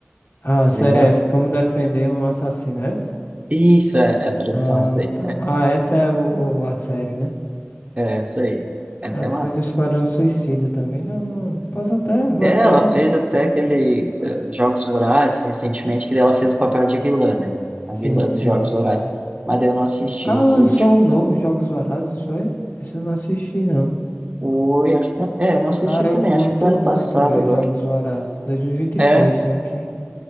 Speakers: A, on the left (about 65°); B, on the right (about 30°).
A: Ah, a série
B: é Bem da
A: é
B: hora.
A: essa? Como defender um assassino, é essa?
B: Isso, é, é a tradução,
A: Ah,
B: essa aí.
A: tá. Ah, essa é o, o- a série, né?
B: É, essa aí. Essa
A: Ela foi
B: é massa.
A: do Esquadrão
B: tá?
A: Suicida também. Não, não. Posso até, vou
B: É,
A: até.
B: ela fez até aquele eh, Jogos Vorazes recentemente, que daí ela fez o papel de vilã, né? A
A: Sim,
B: vilã
A: sim.
B: dos Jogos Vorazes. Mas daí eu não assisti
A: Ah,
B: esse
A: lançou
B: último.
A: um novo Jogos Vorazes, isso foi? Isso eu não assisti, não.
B: Oi, acho que... É, eu não assisti
A: Cara,
B: também,
A: eu curto
B: acho que foi ano
A: muito,
B: passado
A: velho,
B: agora.
A: Jogos Vorazes. dois mil e vinte e
B: É?
A: três tá aqui.